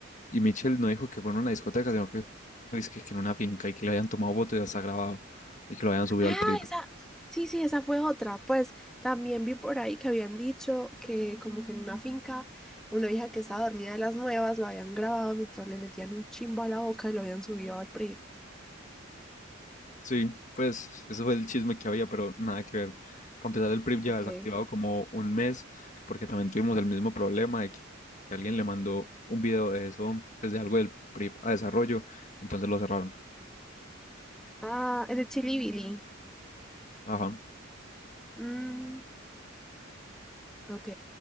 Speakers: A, on the left; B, in the centre.
A: Y Michelle no dijo que fue en una discoteca, sino que, es que, que en una finca y que le habían tomado fotos y hasta grabado y que lo habían subido
B: Ah,
A: al PRIP.
B: esa, sí, sí, esa fue otra. Pues también vi por ahí que habían dicho que como que en una finca una hija que estaba dormida de las nuevas la habían grabado mientras le metían un chimbo a la boca y lo habían subido al PRI.
A: Sí, pues eso fue el chisme que había, pero nada que ver. Para empezar, el PRIP
B: Ok.
A: ya desactivado como un mes, porque también tuvimos el mismo problema de que que alguien le mandó un video de eso, pues de algo del PRIP a desarrollo, entonces lo cerraron.
B: Ah, es de Chili Billy.
A: Ajá.
B: Mm, ok.